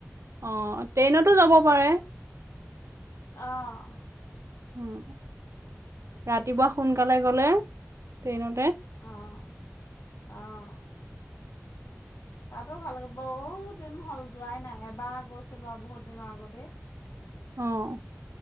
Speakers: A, on the right (about 70°); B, on the left (about 75°).
A: অঁ ট্ৰেইনতো যাব পাৰে
B: অহ
A: উম ৰাতিপুৱা সোনকালে গলে ট্ৰেইনতে
B: অঁ অঁ তাতো ভালাগে বহুত দিন হ'ল যোৱাই নাই এবাৰ গৈছিলোঁ আৰু বহুত দিনৰ আগতেই
A: অহ